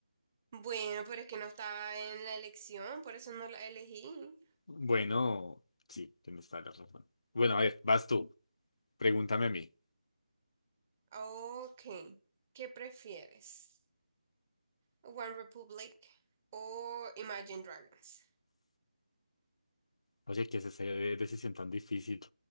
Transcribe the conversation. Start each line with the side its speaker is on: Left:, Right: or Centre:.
Right: Bueno, pero es que no estaba en la elección, por eso no la elegí.
Left: Bueno, sí, tienes toda la razón. Bueno, a ver, vas tú. Pregúntame a mí.
Right: Ok, ¿qué prefieres? ¿One Republic o Imagine Dragons?
Left: Oye, ¿qué es esa de- decisión tan difícil?